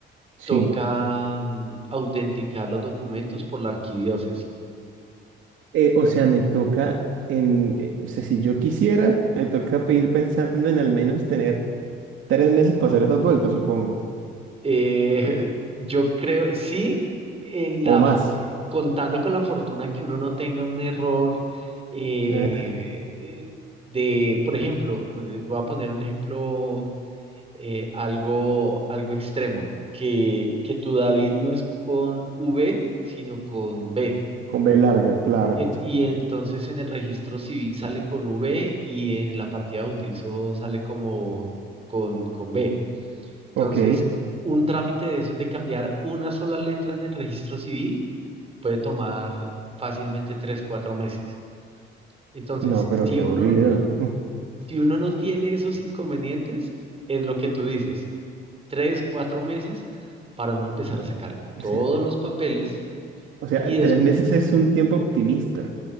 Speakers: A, on the right; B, on the right.
A: Sí.
B: toca mm, autenticar los documentos por la arquidiócesis.
A: Eh, o sea, me toca en, eh, o sea, si yo quisiera, me toca pe- ir pensando en al menos tener tres meses para hacer esas vueltas, supongo.
B: Eh, <laughs> yo creo, sí, en la,
A: O más.
B: eh, contando con la fortuna que uno no tenga un error eh,
A: Eh,
B: de, por ejemplo, eh, voy a poner un ejemplo eh, algo, algo extremo, que, que tu David no es con V, sino con B.
A: con B larga, claro.
B: En- Y entonces en el registro civil sale con V y en la partida de bautizo sale como con, con B. Entonces,
A: Ok.
B: un trámite de esos de cambiar una sola letra en el registro civil puede tomar fácilmente tres, cuatro meses. Entonces,
A: No, pero
B: si
A: qué
B: uno,
A: aburrido.
B: si uno no tiene esos inconvenientes, es lo que tú dices. tres, cuatro meses para uno empezar a sacar todos
A: <laughs> O sea,
B: los papeles
A: O sea,
B: y después,
A: tres meses es un tiempo optimista.